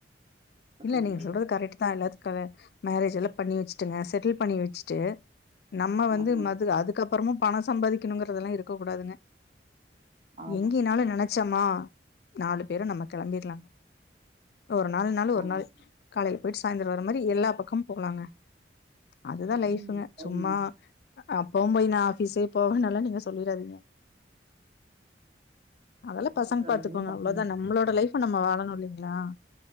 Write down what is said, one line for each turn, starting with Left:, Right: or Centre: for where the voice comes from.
Left: இல்ல
Right: போக
Left: நீங்க
Right: முடியாது.
Left: சொல்றது கரெக்ட் தா எல்லாத்துக்காக மேரேஜ் எல்லா பண்ணி வச்சுட்டுங்க செட்டில் பண்ணி வச்சுட்டு நம்ம வந்து
Right: ஆமா.
Left: மது அதுக்கப்புறமும் பணம் சம்பாதிக்கணுங்கறதெல்லா இருக்கக்கூடாதுங்க
Right: ஆமாங்க.
Left: எங்கினாலு நெனைச்சோமா நாலு பேரு நம்ம கெளம்பிர்லா ஒரு நாள்னாலு ஒரு
Right: ஆமா.
Left: நாள் காலையில போயிட்டு சாய்ந்தர வர மாரி எல்லா பக்கமு போகலாங்க அதுதா
Right: ம்.
Left: லைஃபுங்க
Right: குழந்தைங்க.
Left: சும்மா அப்போவு போய் நா ஆஃபிஸே போவேன்லா நீங்க சொல்லிறாதீங்க அதெல்லா
Right: என்ன
Left: பசங்க
Right: பண்றது?
Left: பாத்துப்பாங்க
Right: எங்களும் பசங்க.
Left: அவ்ளோதா நம்மளோட லைஃப நம்ம வாழணு இல்லீங்களா